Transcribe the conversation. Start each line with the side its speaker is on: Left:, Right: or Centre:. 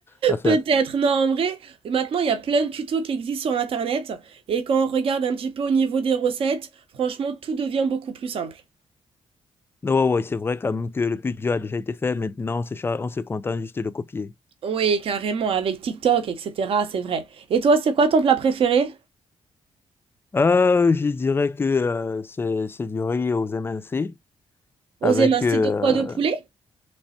Left: à faire.
Right: Peut-être, non, en vrai, maintenant, il y a plein de tutos qui existent sur Internet, et quand on regarde un petit peu au niveau des recettes, franchement, tout devient beaucoup plus simple.
Left: Non, ouais, ouais, c'est vrai quand même que le plus dur a déjà été fait. Maintenant, on se, cha- on se contente juste de le copier.
Right: Oui, carrément, avec TikTok, etc., c'est vrai. Et toi, c'est quoi ton plat préféré?
Left: Euh, je dirais que euh, c'est c'est du riz aux MNC
Right: Aux
Left: avec
Right: émincés
Left: euh,
Right: de quoi? De poulet?